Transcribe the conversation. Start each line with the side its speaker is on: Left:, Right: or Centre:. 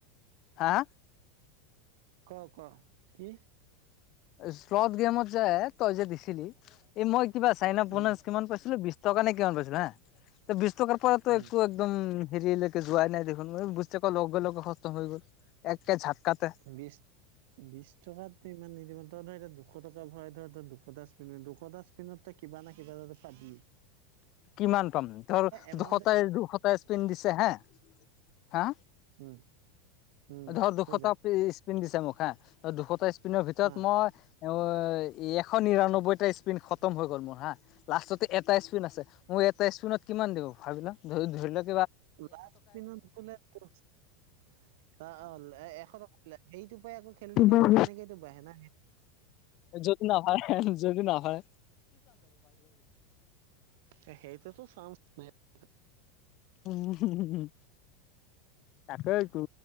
Left: হা?
Right: ক-ক, কি?
Left: শ্লট গেমত যে, তই যে দিছিলি। এই মই কিবা চাইনা প
Right: উম
Left: কিমান পাইছিলো টকানে কিমান পৈছো হা, ত বিছতকাৰ পৰা এইতো
Right: উম
Left: একো একদম হেৰিলৈকে যোৱাই নাই দেখোন মই বুজি আ কক লগে লগে সষ্টম হৈ গ'ল <unintelligible> ঝাটকাতে
Right: বিশ-বিশছ টকা ইমান নিদিব, তইটো এতিয়া দুশ টকা ভৰাই ধৰ দুশটা স্পীন, দুশটা স্পিনত তই কিবা ন কিবা এটাটো পাবিয়ে।
Left: কিমান পাম ধৰ
Right: এমাউণ্ট
Left: দুশটাই দুশটা স্পিন দিছে হা হা
Right: উম উম
Left: ধৰ দুশটা
Right: থৈ যা
Left: পিচ স্পিন দিছে মোক হা, ত দুশটা স্পিনৰ ভিতৰত
Right: অ
Left: মই অ এশ নিৰান্নব্বৈটা স্পিন খতম হৈ গ'ল মোৰ হা লাষ্টত এটা স্পিন আছে মোক এটা স্কুনত কিমান দিব ভাবিলা ধৰি লওক
Right: লিনত বো এশ টকা দিল স <unintelligible> <unintelligible> খেলি
Left: হা
Right: খেললে তেনেকেতো বাহে ন
Left: যদি ন হয়, যদি ন হয়।
Right: সেইটোতো <unintelligible>
Left: উম। তাকে তো